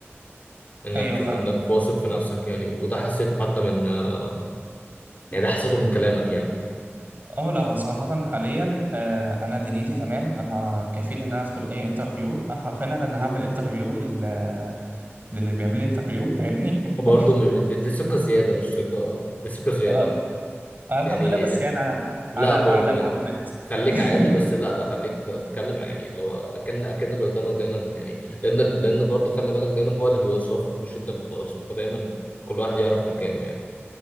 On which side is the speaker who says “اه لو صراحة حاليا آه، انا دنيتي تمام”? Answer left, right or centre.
Right